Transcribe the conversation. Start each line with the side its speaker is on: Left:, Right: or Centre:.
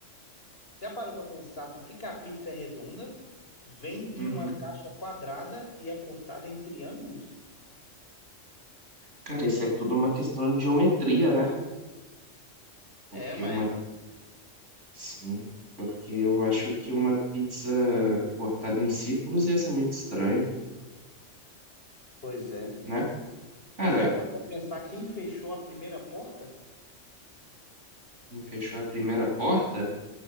Left: Você já parou para pensar por que que a pizza é redonda, vem em
Right: Uhum.
Left: uma caixa quadrada e é cortada em triângulos?
Right: Cara, isso é tudo uma questão de geometria, né? Porque
Left: É, mas
Right: uma. Sim, porque eu acho que uma pizza cortada em círculos ia ser muito estranho,
Left: pois é.
Right: né? Cara,
Left: E você já parou para pensar quem fechou a primeira porta?
Right: fechou a primeira porta?